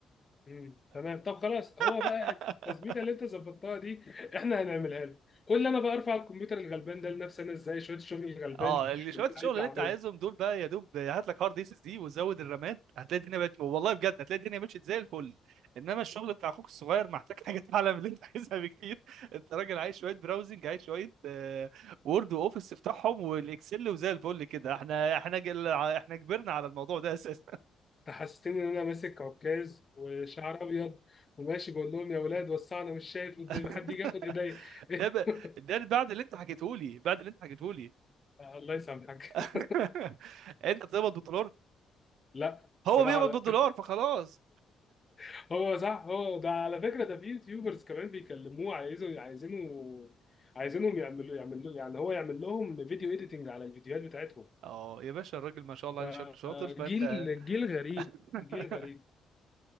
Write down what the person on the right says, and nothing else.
<laughs>
اه اللي شويه
الشغل
اللي
انت عايزهم دول بقى يا دوب هات لك هارد اس اس دي وزود الرامات هتلاقي الدنيا بقت والله بجد هتلاقي الدنيا مشيت زي الفل انما الشغل بتاع اخوك الصغير محتاج حاجه اعلى من اللي انت <laughs> عايزها بكتير انت راجل عايز شويه براوزنج عايز شويه آه، وورد واوفيس تفتحهم والاكسل وزي الفل كده احنا احنا جل... احنا كبرنا على الموضوع ده اساسا
<laughs>
ده ب... ده بعد اللي انت حكيته لي بعد اللي انت حكيته لي
<laughs> انت بتقبض بالدولار
هو بيقبض
بالدولار فخلاص
اه يا باشا الراجل ما شاء الله
عليه شكله شاطر فانت
<laughs>